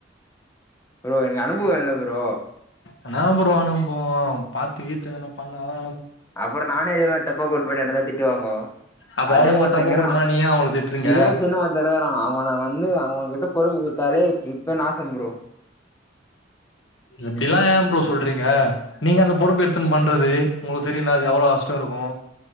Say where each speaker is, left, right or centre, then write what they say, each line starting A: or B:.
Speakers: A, on the left; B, on the left.
A: ப்ரோ எனக்கு அனுபவம் இல்ல ப்ரோ
B: அனா ப்ரோ அனுபவோ பாத்து கீத்து என்ன பண்ணவா
A: அப்புறோ நானே இதே மாதிரி தப்பா கூட்டுபோயிட்டா என்னதா திட்டுவாங்கோ
B: அப்ப
A: அதே
B: அவங்க ஒரு
A: ஒருத்தன்
B: தப்ப
A: கேட்டான்
B: குடும்பமா நீ ஏ அவங்கள திட்றீங்க
A: தினேஷன்னு ஒருத்தன் இருகிறான் அவன வந்து அவுங்க கிட்ட பொறுப்பு குடுத்தாலே இப்ப நாசம் ப்ரோ
B: இப்டி எல்லா ஏன் ப்ரோ சொல்றீங்க நீங்க அந்த பொறுப்பு எடுத்துன்னு பண்றது உங்களுக்கு தெரியல அது எவ்ளோ கஷ்டோ இருக்கு